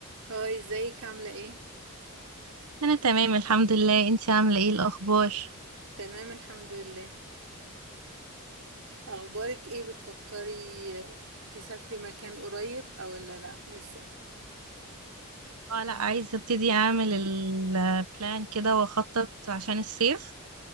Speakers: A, on the right (about 65°); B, on the right (about 80°).
A: هاي ازيك عاملة ايه؟
B: انا تمام الحمد لله انتي عامله ايه الاخبار
A: تمام الحمد لله اخبارك ايه بتفكري آه، تسافري مكان قريب او ولا لا لسه
B: اه لا عايزه ابتدي اعمل البلان كده واخطط عشان الصيف